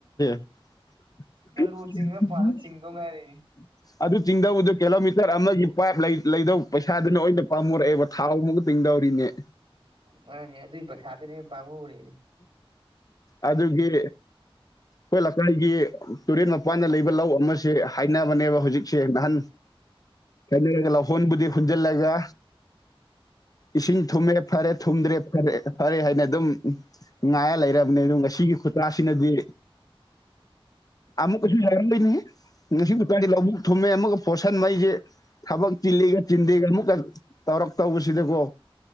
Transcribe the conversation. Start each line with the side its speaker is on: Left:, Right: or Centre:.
Left: <unintelligible>
Right: ꯇꯨꯂꯨ ꯆꯤꯡꯉ ꯄꯥꯜꯂ ꯆꯤꯡꯗꯧ ꯉꯥꯏꯔꯤꯅꯤ
Left: ꯑꯗꯨ ꯆꯤꯡꯗꯧꯕꯗꯨ ꯀꯤꯂꯣꯃꯤꯇꯔ ꯑꯃꯒꯤ ꯄꯥꯏꯞ ꯂꯩ ꯂꯩꯗꯧ ꯄꯩꯁꯥꯗꯨꯅ ꯑꯣꯏꯅ ꯄꯥꯝꯃꯨꯔꯛꯑꯦꯕ ꯊꯥꯎ ꯑꯃꯨꯒ ꯇꯤꯡꯗꯧꯔꯤꯅꯦ
Right: ꯃꯥꯅꯦ ꯑꯗꯨꯏ ꯄꯩꯁꯥꯗꯨꯅ ꯄꯥꯝꯃꯨꯔ‌ꯦ
Left: ꯑꯗꯨꯒꯤ ꯑꯩꯈꯣꯏ ꯂꯩꯀꯥꯏꯒꯤ ꯇꯨꯔꯦꯟ ꯃꯄꯥꯟꯗ ꯂꯩꯕ ꯂꯧ ꯑꯃꯁꯦ ꯍꯥꯏꯅꯕꯅꯦꯕ ꯍꯧꯖꯤꯛꯁꯦ ꯅꯍꯥꯟ ꯀꯩꯅꯒ ꯂꯧꯍꯣꯟꯕꯨꯗꯤ ꯍꯨꯟꯖꯜꯂꯒ ꯏꯁꯤꯡ ꯊꯨꯝꯃꯦ ꯐꯔꯦ ꯊꯨꯝꯗ꯭ꯔꯦ ꯐꯔꯦ ꯐꯔꯦ ꯍꯥꯏꯅ ꯑꯗꯨꯝ ꯅꯨꯡꯉꯥꯏꯔ ꯂꯩꯔꯕꯅꯦ ꯑꯗꯨ ꯉꯁꯤꯒꯤ ꯈꯨꯇꯥꯁꯤꯅꯗꯤ ꯑꯃꯨꯛꯀꯁꯨ <unintelligible> ꯗꯨꯏꯅ‌ꯦꯍ‌ꯦ ꯉꯁꯤ ꯎꯄꯗꯤ ꯂꯧꯕꯨꯛ ꯊꯨꯝꯃꯦ ꯑꯃꯒ ꯄꯣꯠꯁꯟꯕꯩꯁꯦ ꯊꯕꯛ ꯆꯤꯜꯂꯤꯒ ꯆꯤꯟꯗꯦꯒ ꯑꯃꯨꯛꯀ ꯇꯧꯔꯛꯇꯧꯕꯁꯤꯗꯀꯣ